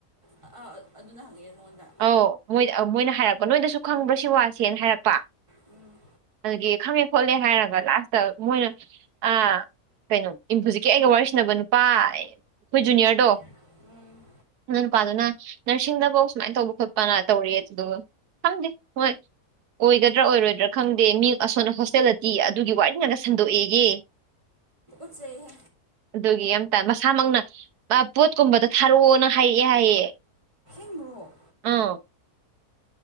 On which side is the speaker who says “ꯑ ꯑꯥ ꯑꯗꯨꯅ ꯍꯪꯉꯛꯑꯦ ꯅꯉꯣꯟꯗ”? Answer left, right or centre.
Right